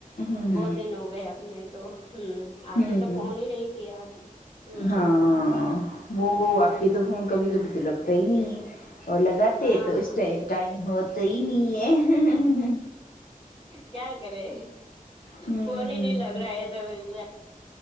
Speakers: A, on the left (about 75°); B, on the left (about 40°).
A: ہوں
B: بہت دن ہو گئے آپ نے تو ہمم آپ
A: ہوں
B: نے تو
A: ہوں
B: فون ہی نہیں کیا ہمم
A: ہاں وہ آپ کے تو فون کبھی کبھی تو لگتا ہی نہیں ہے اور لگاتے
B: ہاں
A: تو اس ٹائم ٹائم ہوتا ہی نہیں ہے
B: کیا کرے
A: ہوں
B: فون ہی نہیں لگ رہا ہے